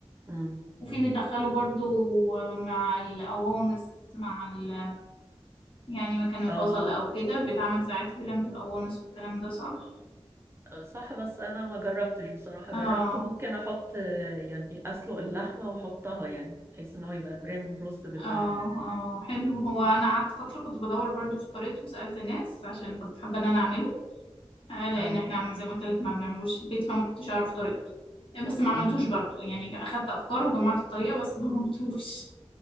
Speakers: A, on the right; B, on the left.
A: امم
B: وفي بيدخله برضو مع القوانص مع ال يعني مكان البصل
A: اه
B: او كده بيتعمل ساعات بلم بالقوانص والكلام ده صح
A: صح بس انا ما جربتش بصراحة
B: اه
A: جربت ممكن احط آه، يعني اسلق اللحمة واحطها يعني بحيث ان هو يبقى بريم رز باللحمة
B: اه اه حلو هو انا قعدت فترة كنت بدور برضو في طريقته وسألت الناس عشان كنت حابة ان انا اعمله آه، لان
A: اه
B: احنا زي ما قلت لك ما بنعملوش في البيت فما كنتش اعرف طريقته آه، بس ما عملتوش
A: امم
B: برضو يعني اخدت افكار وجمعت الطريقه بس ما <laughs> عملتوش